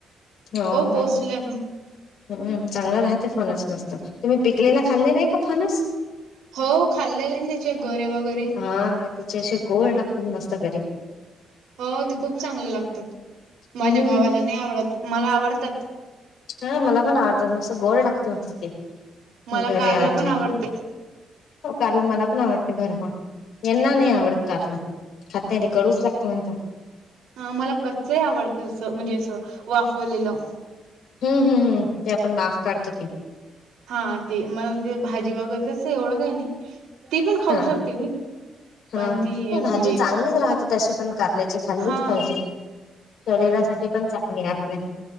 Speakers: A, on the left; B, on the right.
A: हो का
B: पोचल्या मी.
A: चांगला राहते फोनस. मस्तच तुम्ही पिकलेला खाल्लेला आहे का फनस.
B: हो खाल्लेले ना त्याचे गरे वगैरे
A: हा त्याचे असे गोड लागतो मस्त घरी.
B: हो ते खूप चांगलं लागतात माझ्या
A: हम्म
B: भावाला नाही आवडत मला आवडतात
A: हा मला पण अर्धा वाजता गोड लागत. च
B: मला
A: घर
B: कारला
A: आच.
B: पण आवडते
A: हो कारलं मला पण आवडते भरभ यांना नाही आवडत कारलं. खात नाही र कडूच लागत म्हणता.
B: हा मला कच्चही आवडत तसं म्हणजे असं वाफवलेलं.
A: हम् हम् हम्म. ते आपण माफ काढतो ते
B: हा ते मला ते भाजी वगैरे तस एवढं काही नाही. ते पण खाऊ
A: हा
B: शकते मी
A: हा
B: पण
A: नाही
B: ती
A: भाजी
B: म्हणजे.
A: चांगलीच राहते तशी पण कारल्याची खाल्लीच
B: हा
A: पाहिजे शरीरासाठी पण चांगले आपल्या.